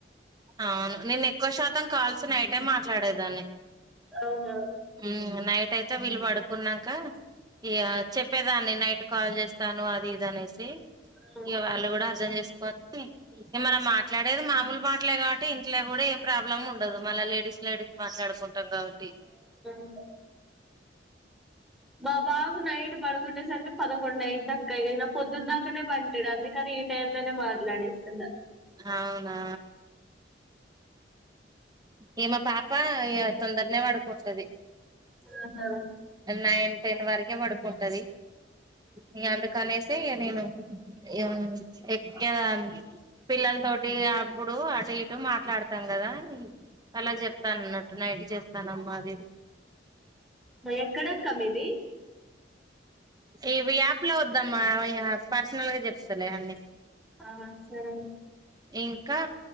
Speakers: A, on the right (about 20°); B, in the centre.
A: అవును నేను ఎక్కువ శాతం కాల్స్ నైటే మాట్లాడేదాన్ని
B: అవునా
A: ఉమ్ నైట్ అయితే వీలు పడుకునంకా ఇగ చెప్పేదాన్ని నైట్ కాల్ చేస్తాను అది ఇది అనేసి
B: అవును
A: ఇక వాళ్ళు కూడా అర్థం చేస్ ఉ మనం మాట్లాడేది మామూలు మాట్లే కాబట్టి ఇంట్లో కూడా ఏం ప్రాబ్లం ఉం ఉండదు మళ్ళ లేడీస్ లేడీస్ మాట్లాడుకుంటాం కావట్టి
B: ఆ మా బాబు నైట్ పడుకునేసరికి పదకొండు అయిత్దీ అక్క ఇన పొద్దున దాకనే బంటడు అందుకని కానీ ఈ టైం లనే మాట్లాడేస్తున్న
A: అవునా ఇగ మా పాప తొందరనే పడుకుంటది
B: ఆహా
A: నైన్ టెన్ వరకే పడుకుంటది ఇగ అందుకనేసి నేను ఎవ్వన్న ఎగ్జామ్ పిల్లల తోటి అప్పుడు అటు ఇటు మాట్లాడతాం కదా వాళ్ళకి చెప్తాను అన్నట్టు నైట్ చెస్తానమ్మా అని
B: ఎక్కడక్క మీది
A: ఇవి యాప్ లో వద్దామ్మా య పర్సనల్ గా చెప్తలే అన్నీ
B: ఆ సరే
A: ఇంకా